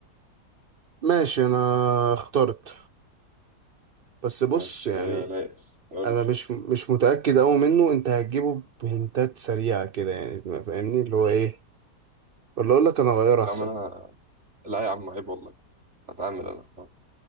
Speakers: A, on the right; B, on the right.
A: ماشي انا اخترت بس بص
B: ماشي
A: يعني
B: آه لا قول
A: انا مش مش متاكد قوي منه انت هتجيبه بهنتات سريعه كده يعني ما فاهمني اللي هو ايه ولا اقول لك انا اغير
B: العمل
A: احسن
B: لا يا عم عيب والله هتعامل انا